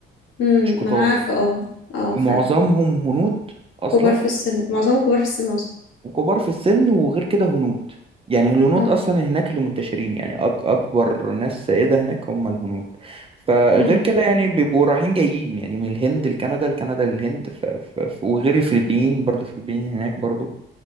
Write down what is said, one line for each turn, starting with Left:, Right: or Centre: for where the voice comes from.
Left: مم.
Right: مش كتار
Left: ما أنا عارفة اه اه
Right: معظمهم
Left: فعلا
Right: هنود اصلا
Left: كبار في السن معظمهم كبار في السن أصلا
Right: وكبار في السن وغير كده هنود يعني الهنود
Left: مم.
Right: اصلا هناك اللي منتشرين يعني أك اكبر ناس سائده هناك هم الهنود فغير
Left: مم.
Right: كده يعني بيبقوا رايحين جايين يعني من الهند لكندا لكندا للهند ف... ف... ف- وغير الفلبين برضه الفلبين هناك برضه